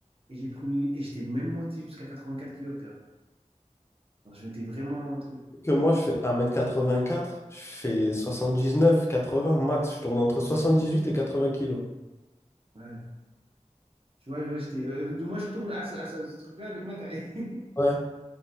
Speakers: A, on the right; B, on the left.
A: et j'ai pris, et j'étais même monté jusqu'à 84 kilos, frère. Genre, je m'étais vraiment un truc.
B: Que moi, je fais un mètre quatre-vingt-quatre je fais soixante-dix-neuf quatre-vingts max, je tourne entre 78 et 80 kilos.
A: Ouais. Tu vois, ouais, j'étais, euh, moi, je tourne à ce, à ce- ce truc-là avec ma taille. <laughs>
B: Ouais.